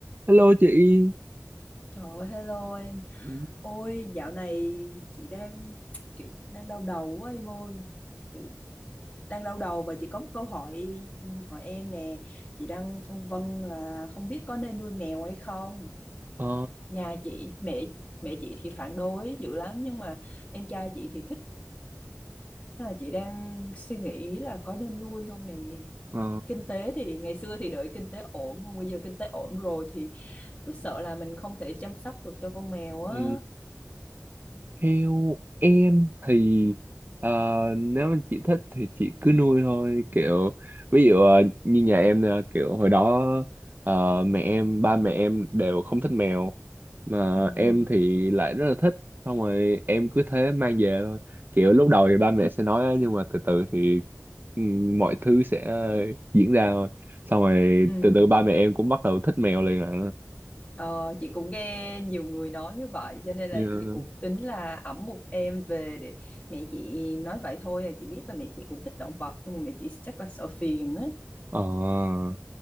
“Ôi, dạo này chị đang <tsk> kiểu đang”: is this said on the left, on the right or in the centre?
Left